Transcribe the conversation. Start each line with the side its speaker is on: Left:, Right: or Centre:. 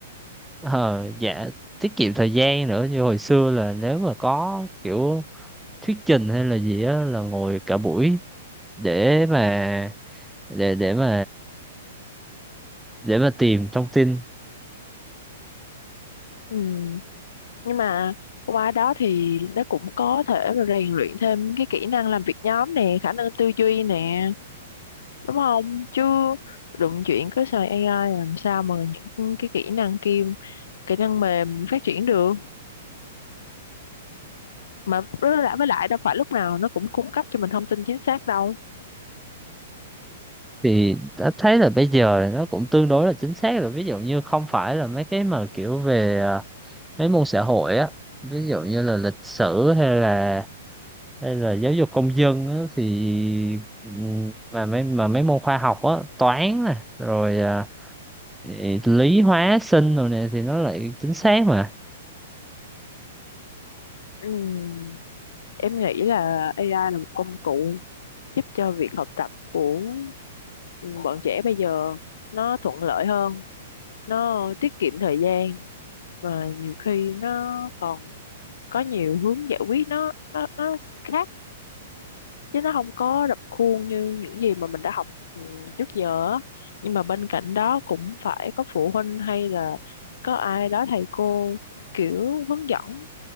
Centre: ờ, dạ tiết kiệm thời gian nữa như hồi xưa là nếu mà có kiểu thuyết trình hay là gì á là ngồi cả buổi để mà để để mà để mà tìm thông tin
Left: ừ. nhưng mà qua đó thì nó cũng có thể là rèn luyện thêm cái kỹ năng làm việc nhóm nè khả năng tư duy nè đúng không chứ đụng chuyện cứ xài AI làm sao mà những cái kỹ năng kia kỹ năng mềm phát triển được mà với lại với lại đâu phải lúc nào nó cũng cung cấp cho mình thông tin chính xác đâu
Centre: thì đã thấy là bây giờ nó cũng tương đối là chính xác rồi ví dụ như không phải là mấy cái mà kiểu về à, mấy môn xã hội á ví dụ như là lịch sử hay là hay là giáo dục công dân á, thì ừm, mà mấy mà mấy môn khoa học á toán nè rồi à, ị- lý hóa sinh rồi nè thì nó lại chính xác mà
Left: Ừm, em nghĩ là AI là một công cụ giúp cho việc học tập của ừ, bọn trẻ bây giờ nó thuận lợi hơn nó tiết kiệm thời gian mà nhiều khi nó còn có nhiều hướng giải quyết nó nó nó khác chứ nó không có rập khuôn như những gì mà mình đã học ừ, trước giờ á. nhưng mà bên cạnh đó cũng phải có phụ huynh hay là có ai đó thầy cô kiểu hướng dẫn